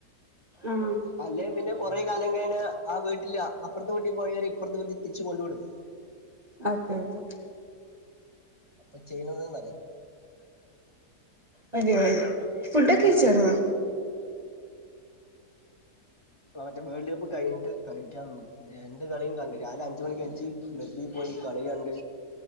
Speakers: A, on the right; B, on the left.
A: ആഹ്
B: അല്ലെ പിന്നെ കൊറെ കാലം കഴിനെ ആ വീട്ടില്ല അപ്പറത്തെ വീട്ടി പോയവര് ഇപ്പുറത്തെ വീട്ടി തിരിച്ച് കൊണ്ട് വിടും
A: അതെതെ
B: അപ്പൊ ചെയാണത് നല്ലത്
A: വരുവാവരുവാ ഫുഡൊക്കെ
B: ഉം
A: കഴി ച്ചേർന്നോ
B: ഉം ആ മറ്റേ വേൾഡ് കപ്പ് കഴിഞ്ഞട്ട് കഴിക്കൻന്നു രണ്ട് കളി കണ്ടിട്ട് രാവിലെ അഞ്ചു മണിക്ക് എന്നീച്ച് ബെ്ബിൽ പോയി കളി കണ്ട്